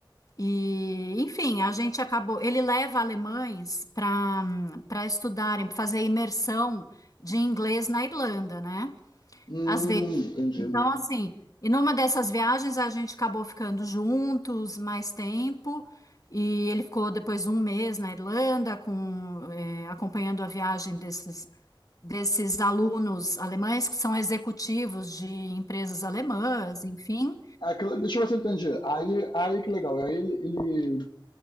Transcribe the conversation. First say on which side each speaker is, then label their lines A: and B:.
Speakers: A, on the left (about 45°); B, on the left (about 60°).
A: E, enfim, a gente acabou. Ele leva alemães para para estudarem, pra fazer imersão de inglês na Irlanda, né?
B: Hum,
A: Às vezes.
B: entendi.
A: Então, assim, e numa dessas viagens a gente acabou ficando juntos mais tempo. E ele ficou depois um mês na Irlanda, com, eh, acompanhando a viagem desses, desses alunos alemães que são executivos de empresas alemãs, enfim.
B: Aquilo, deixa eu ver se eu entendi. Aí, aí que legal. Aí ele, ele